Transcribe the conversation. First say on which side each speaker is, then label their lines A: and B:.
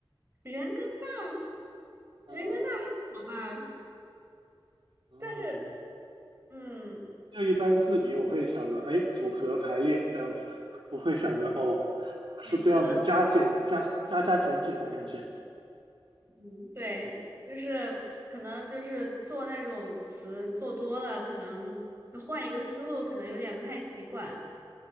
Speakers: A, on the right; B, on the right.
A: 人跟大，人跟大还好吧，
B: 啊。哦，
A: 但是嗯。
B: 就一般字谜我会想着，哎，组合排列这样子，不会想着哦，是这样子加减加加加减减的感觉。
A: OK，可能嗯，对，就是可能就是做那种词做多了，可能换一个思路，可能有点不太习惯。